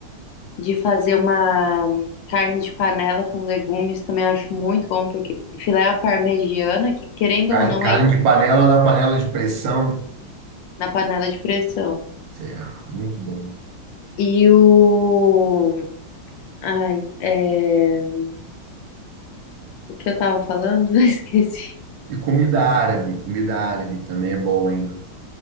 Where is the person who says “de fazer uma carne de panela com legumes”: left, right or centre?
Left